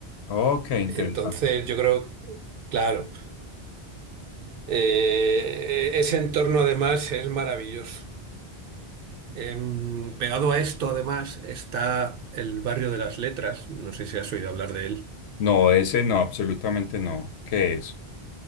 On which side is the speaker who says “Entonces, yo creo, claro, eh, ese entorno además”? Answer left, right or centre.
Right